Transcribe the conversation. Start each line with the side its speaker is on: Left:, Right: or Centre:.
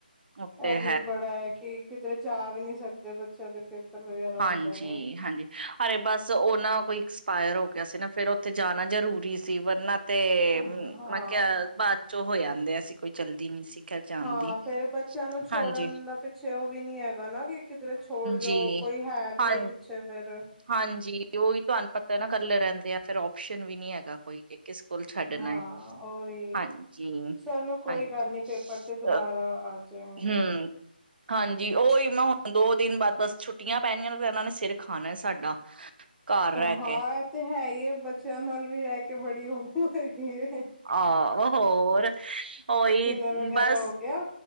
Right: ਉਹ ਤੇ
Centre: ਇਹ ਵੀ ਬੜਾ ਹੈ ਕਿ ਕਿਧਰੇ ਜਾ ਵੀ ਨਹੀਂ ਸਕਦੇ ਬੱਚਿਆਂ ਦੇ ਪੇਪਰ ਵਗੈਰਾ
Right: ਹਾਂਜੀ
Centre: ਹੁੰਦੇ ਨੇ।
Right: ਹਾਂਜੀ ਅਰੇ ਬਸ ਉਹ ਨਾ <unintelligible> ਕੋਈ ਐਕਸਪਾਇਰ ਹੋ ਗਿਆ ਸੀ ਨਾ ਫੇਿਰ ਉੱਥੇ ਜਾਣਾ ਜ਼ਰੂਰੀ ਸੀ ਵਰਨਾ ਤੇ
Centre: ਹਾਂ।
Right: ਮੈਂ ਕਿਹਾ ਬਾਅਦ ਚੋਂ ਹੋ ਆਂਦੇ ਸੀ ਕੋਈ ਚਲਦੀ ਨੀ ਸੀ ਖੈਰ ਜਾਣ
Centre: ਹਾਂ
Right: ਦੀ।
Centre: ਫੇਰ ਬੱਚਿਆਂ ਨੂੰ ਛੋੜਨ
Right: ਹਾਂਜੀ,
Centre: ਦਾ ਪਿੱਛੇ ਉਹ ਵੀ ਨੀ ਹੈਗਾ ਨਾ ਕਿ ਕਿਧਰੇ ਛੋੜ ਜਾਓ
Right: ਜੀ
Centre: ਕੋਈ ਹੈ ਵੀ
Right: ਹਾਂ
Centre: ਨੀ ਪਿੱਛੇ ਫੇਰ।
Right: ਹਾਂਜੀ ਉਹੀ ਤੁਹਾਨੂੰ ਪਤਾ ਇਹ ਨਾ ਇਕੱਲੇ ਰਹਿੰਦੇ ਆ ਫਿਰ ਓਪਸ਼ਨ ਵੀ ਨੀ ਹੈਗਾ ਕੋਈ ਕਿ ਕਿਸ ਕੋਲ ਛੱਡਣਾ
Centre: ਹਾਂ
Right: ਹੈ
Centre: ਉਹੀ
Right: ਹਾਂਜੀ
Centre: ਚਲੋ ਕੋਈ
Right: ਹਾਂਜੀ
Centre: ਗੱਲ
Right: <unintelligible>
Centre: ਨੀ ਪੇਪਰ ਤੇ ਦੁਬਾਰਾ ਆ ਜਾਏਗੇ
Right: ਹਮ ਹਾਂਜੀ
Centre: ਹੂੰ
Right: ਉਓਹੀ ਮੈਂ ਹੁਣ ਦੋ ਦਿਨ ਬਾਦ ਬਸ ਛੁੱਟੀਆਂ ਪੈਣੀਆਂ ਤੇ ਫੇਰ ਇਹਨਾਂ ਨੇ ਸਿਰ ਖਾਣਾ ਸਾਡਾ ਘਰ
Centre: ਹਾਂ
Right: ਰਹਿ ਕੇ
Centre: ਇਹ ਤੇ ਹੈ ਹੀ ਇਹ ਬੱਚਿਆਂ ਨਾਲ ਵੀ ਰਹਿ ਕੇ ਬੜੀ ਹੋ ਗਈ
Right: ਆਹ ਹੋਰ ਉਹੀ
Centre: ਡਿਨਰ ਵਗੈਰਾ
Right: ਬਸ
Centre: ਹੋ ਗਿਆ